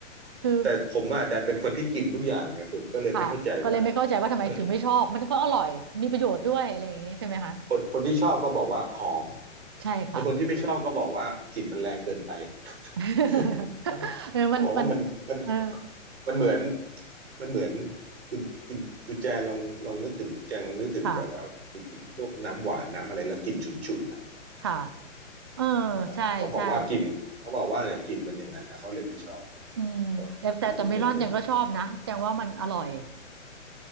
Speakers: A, on the right; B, on the right.
A: คือ
B: แต่ผมอ่ะดันเป็นคนที่กินทุกอย่างไงผมก็เลยไม่เข้าใจว่า
A: ค่ะก็เลยไม่เข้าใจว่าทำไมถึงไม่ชอบมันก็อร่อยมีประโยชน์ด้วยอะไรอย่างงี้ใช่ไหมคะ
B: เออ คนคนที่ชอบก็บอกว่าหอม
A: ใช่ค่ะ
B: ไอคนที่ไม่ชอบก็บอกว่ากลิ่นมันแรงเกินไป <laughs>
A: <laughs> เออมันมัน
B: เขาบอกว่ามันมัน
A: เออ
B: มันเหมือนมันเหมือนคุณคุณคุณแจงลองลองนึกถึงคุณแจงลองนึกถึงแบบว่าไปกินพวกน้ำหวานน้ำอะไรแล้วกลิ่นฉุนฉุนอ่ะ
A: ค่ะค่ะเออ
B: เออเขาบอกว่ากลิ่นเขาบอกว่าเนี่ยกลิ่นมันอย่างนั้นนะเขาเลยไม่ชอบ
A: ใช่ใช่อืมแต่แต่แต่เมลอนแจงก็ชอบนะแจงว่ามันอร่อย
B: ก็ก็มีเหตุผลของเขา